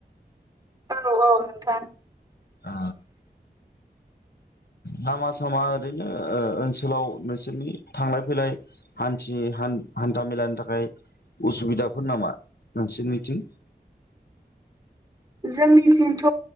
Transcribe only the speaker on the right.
औ औ नोंथां।
<inaudible> जोंनिथिंथ'